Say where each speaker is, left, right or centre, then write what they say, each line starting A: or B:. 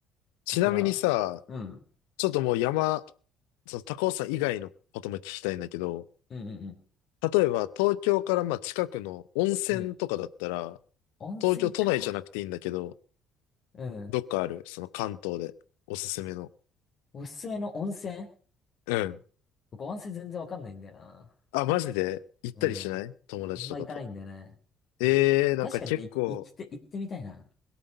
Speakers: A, on the left (about 75°); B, on the left (about 45°).
A: ちなみにさ、
B: だから、うん。
A: ちょっともう山、その高尾山以外のことも聞きたいんだけど、
B: うんうん
A: 例えば東京からまあ近くの温泉とかだったら、
B: うん。うん。温泉か。
A: 東京都内じゃなくていいんだけど、
B: うん。
A: どっかあるその関東でおすすめの。
B: おすすめの温泉
A: うん。
B: 僕温泉全然わかんないんだよな。
A: あ、マジで行ったりしない友達とかと。
B: うん。あんま行かないんだよね。
A: ええー、
B: 温泉。
A: なんか結構、
B: 確かに、い行きて、行ってみたいな。